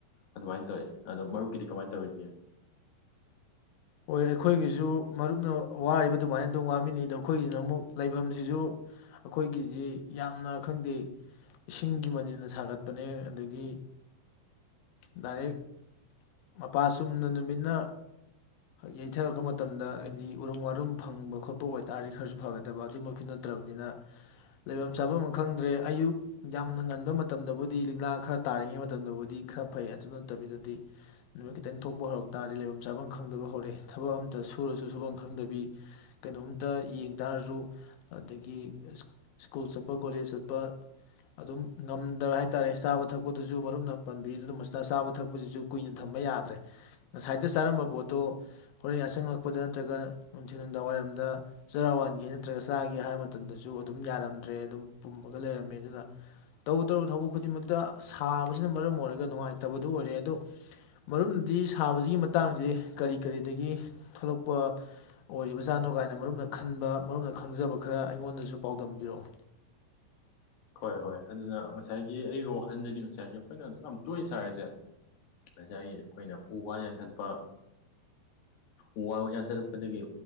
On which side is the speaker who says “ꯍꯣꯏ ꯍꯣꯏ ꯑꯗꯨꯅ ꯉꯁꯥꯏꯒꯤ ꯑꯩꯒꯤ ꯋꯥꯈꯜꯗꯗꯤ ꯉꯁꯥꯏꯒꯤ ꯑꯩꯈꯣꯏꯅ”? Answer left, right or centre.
Left